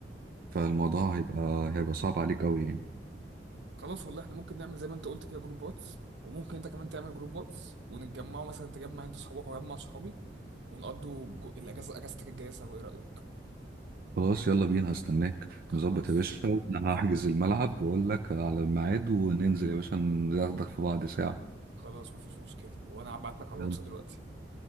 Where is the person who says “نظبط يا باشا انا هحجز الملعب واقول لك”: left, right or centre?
Right